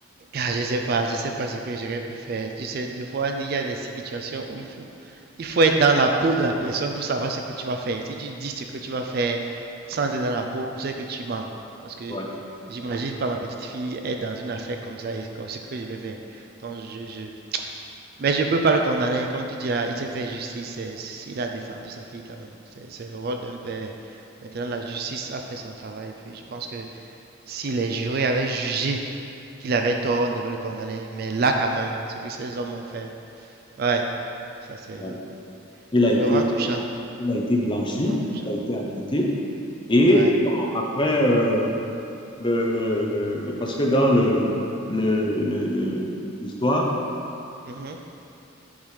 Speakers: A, on the right; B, on the left.
A: Ah, je sais pas, je sais pas ce que j'aurais pu faire. Tu sais, des fois, il y a des situations où il faut, il faut être dans la peau de la personne pour savoir ce que tu vas faire. Si tu dis ce que tu vas faire sans être dans la peau, c'est que tu mens. Parce que
B: Ouais.
A: j'imagine pas ma petite fille être dans une affaire comme ça et comme ce que je vais faire. Donc, je, je... Mais je peux pas le condamner. Comme tu dis là, il s'est fait justice. c'est- c'est- il a défendu sa fille quand même. C'est c'est le rôle d'un père. Maintenant, la justice a fait son travail. Puis, je pense que si les jurés avaient jugé, qu'il avait tort, ne veulent condamner. Mais là, quand même, ce que ces hommes ont fait, ouais, ça c'est
B: Ouais. Il a
A: c'est
B: été,
A: vraiment touchant.
B: il a été blanchi,
A: C'est Vraiment touchant.
B: il a été acquitté. Et
A: Ouais.
B: bon, après, euh, le, le- le- le- parce que dans le, le- le- le- l'histoire,
A: Mhm.